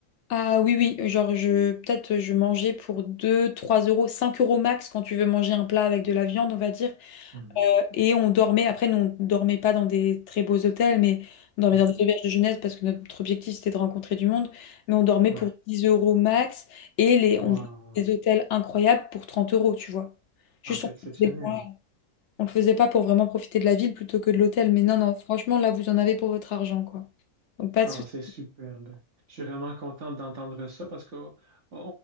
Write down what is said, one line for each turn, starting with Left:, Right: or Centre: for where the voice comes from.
Left: Ah oui, oui, genre, je, peut-être je mangeais pour 2, 3 euros, 5 euros max quand tu veux manger un plat avec de la viande, on va dire.
Right: Mhm.
Left: Et on dormait, après, nous, on dormait pas dans des très beaux hôtels, mais on dormait
Right: Mhm.
Left: dans des auberges de jeunesse parce que notre objectif, c'était de rencontrer du monde. Mais on dormait
Right: Ouais.
Left: pour 10 euros max et les,
Right: Wow.
Left: on voyait des hôtels incroyables pour 30 euros, tu vois. Juste,
Right: Ah, c'est
Left: on
Right: exceptionnel.
Left: le faisait pas, on le faisait pas pour vraiment profiter de la ville plutôt que de l'hôtel. Mais non, non, franchement, là, vous en avez pour votre argent, quoi. Donc, pas
Right: Ah,
Left: de souci.
Right: c'est superbe. Je suis vraiment content d'entendre ça parce que oh, on